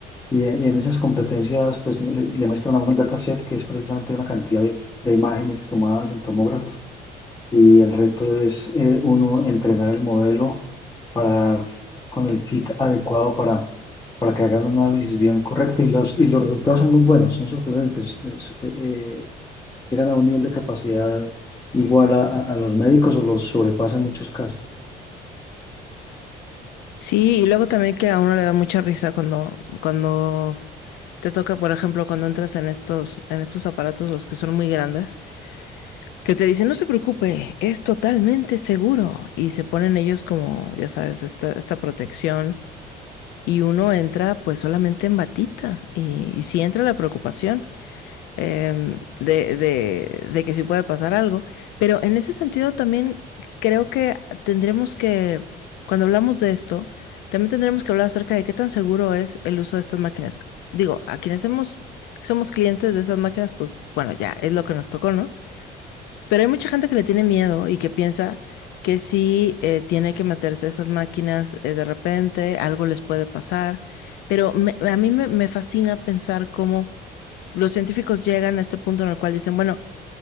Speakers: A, on the left; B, on the left.
A: Y, de- y en esas competencias, pues le le muestran a uno el dataset, que es precisamente una cantidad de, de imágenes tomadas en tomógrafos. Y el reto es eh, uno entrenar el modelo para dar con el fit adecuado para, para que hagan un análisis bien correcto. Y los, y los resultados son muy buenos, son sorprendentes. Es- eh, eh, llegan a un nivel de capacidad igual a, a- a los médicos o los sobrepasan en muchos casos.
B: Sí, y luego también que a uno le da mucha risa cuando, cuando te toca, por ejemplo, cuando entras en estos, en estos aparatos, los que son muy grandes, que te dicen, no se preocupe, es totalmente seguro. Y se ponen ellos como, ya sabes, esta, esta protección. Y uno entra pues solamente en batita. Y, y sí entra la preocupación eh, de, de, de, que sí puede pasar algo. Pero en ese sentido también creo que tendremos que, cuando hablamos de esto, también tendremos que hablar acerca de qué tan seguro es el uso de estas máquinas. Digo, a quienes hemos, somos clientes de esas máquinas, pues bueno, ya es lo que nos tocó, ¿no? Pero hay mucha gente que le tiene miedo y que piensa que si eh, tiene que meterse a esas máquinas eh, de repente, algo les puede pasar. Pero me- a mí me, me fascina pensar cómo los científicos llegan a este punto en el cual dicen, bueno,